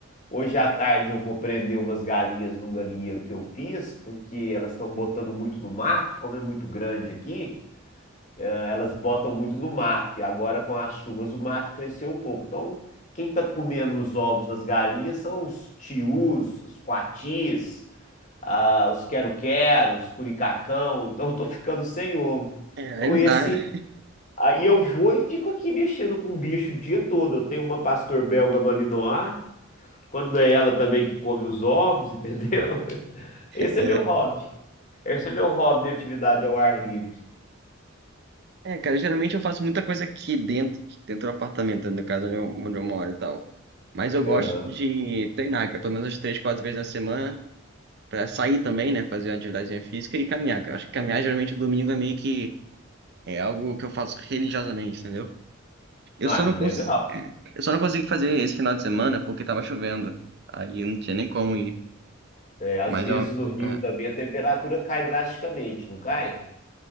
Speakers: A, on the left; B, on the right.
A: Hoje à tarde eu vou prender umas galinhas num galinheiro que eu fiz, porque elas estão botando muito no mato, como é muito grande aqui, ah, elas botam muito no mato. E agora com as chuvas o mato cresceu um pouco. Então, quem está comendo os ovos das galinhas são os tius, os coatis, ah, os quero-queros, curicacão. Então, eu estou ficando sem ovo.
B: É,
A: Então,
B: aí não
A: esse.
B: dá, né?
A: Aí eu vou e fico aqui mexendo com o bicho o dia todo. Eu tenho uma pastor belga malinois. Quando não é ela também que come os ovos, entendeu? <laughs> Esse
B: É,
A: é meu hobby. Esse é meu hobby, minha atividade ao ar livre.
B: é, cara, geralmente eu faço muita coisa aqui dentro, dentro do apartamento, no caso onde eu, onde eu moro e tal. Mas eu gosto
A: Aham.
B: de treinar, que é pelo menos umas três, quatro vezes na semana, pra sair também, né? Fazer uma atividade física e caminhar, cara. Acho que caminhar geralmente o domingo é meio que é algo que eu faço religiosamente, entendeu? Eu
A: Ah,
B: só não
A: que
B: cons...
A: legal.
B: eu só não consegui fazer esse final de semana porque tava chovendo. Aí eu não tinha nem como ir.
A: É, às
B: Mas
A: vezes
B: eu.
A: no Rio
B: É...
A: também a temperatura cai drasticamente, não cai?